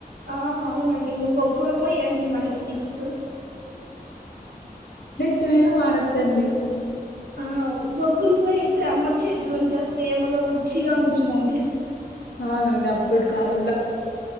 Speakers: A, on the right (about 85°); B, on the left (about 85°).
A: ఆ అవునండి ఇంగ బొగ్గుల పొయ్యండి మనకి నెక్స్ట్
B: కొంచమైనా వాడొచ్చండి
A: ఆ బొగ్గులుపై అయితే అమ్మ చేతివంట ప్రేమగా రుచిగా ఉంటుందండి
B: అవునండి అప్పుడు కాలం